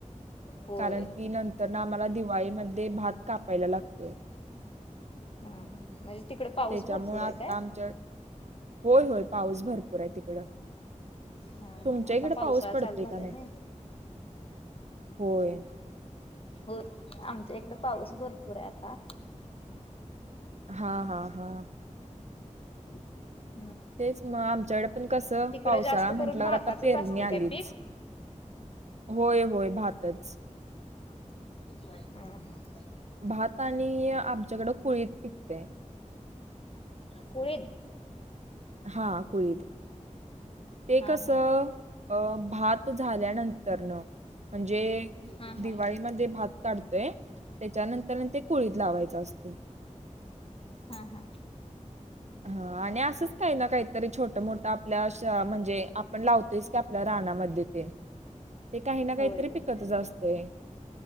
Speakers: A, on the left; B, on the right.
A: होय
B: कारण ती नंतर ना आम्हाला दिवाळीमध्ये भात कापायला लागतोय
A: हा ह म्हणजे तिकडे पाऊस
B: त्याच्यामुळे
A: भरपूर आहे
B: आता
A: काय
B: आमच्या होय होय पाऊस भरपूर आहे तिकडं
A: हा हा
B: तुमच्या
A: आता
B: इकडे
A: पावसाळा
B: पाऊस पडतोय
A: चालू झालाय
B: का नाही?
A: ना
B: होय
A: हो आमच्या इकडे पाऊस भरपूर आहे आता
B: हा हा हा
A: रिकाम
B: तेच मग आमच्याकडे पण कसं
A: तिकडे
B: पावसाळा
A: जास्त
B: म्हटल्यावर
A: करून भाताचच
B: आता पेरणी
A: असते
B: आलीच
A: काय पीक
B: होय होय भातच
A: हम्म हम्म
B: भात आणि आमच्याकडं कुळीत पिकते
A: कुळीद
B: हा कुळीद ते
A: हा
B: कस
A: हा
B: अ भात झाल्यानंतर न म्हणजे
A: हा हा
B: दिवाळीमध्ये भात काढतोय त्याच्यानंतर ते कुळीत लावायच असत
A: हा हा
B: हा आणि असंच काही ना काहीतरी छोट मोठं आपल्या म्हणजे आपण लावतोयच की आपल्या राणामध्ये ते काहीनाकाहीतरी
A: होय होय
B: पिकतच असतय